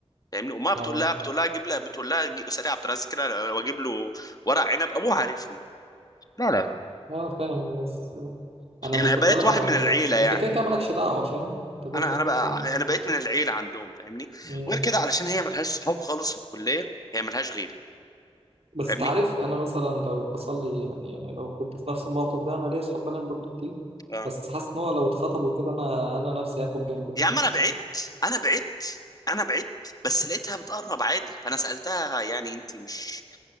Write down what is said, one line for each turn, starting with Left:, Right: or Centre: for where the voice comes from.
Left: فاهمني امها بتقول
Right: اه
Left: لها بتقول لها جيب لها بتقول لها جي- اسالي عبد العزيز كده واجيب له ورق عنب ابوه عارفني لا لا لا
Right: اه فاهم بس انا
Left: يعني
Right: مش بتكلم
Left: بقيت واحد
Right: عن
Left: من العيله يعني
Right: انت كده كده مالكش دعوه فاهم انت كده
Left: انا
Right: كده
Left: انا بقى
Right: مالكش
Left: انا بقيت من العيله عندهم فاهمني
Right: دعوه
Left: غير كده علشان هي ملهاش صحاب خالص في الكليه هي ملهاش غيري
Right: بس
Left: فاهمني
Right: تعرف انا مثلا لو حصل لي يعني لو كنت في نفس الموقف ده انا ليا صحاب بنات برضه كتير
Left: اه
Right: بس حاسس ان هو لو اتخطبوا كده انا انا نفسي هاخد جنب
Left: يا عم
Right: فاهم
Left: انا بعدت انا بعدت انا بعدت بس لقيتها بتقرب عادي فانا سالتها يعني انت مش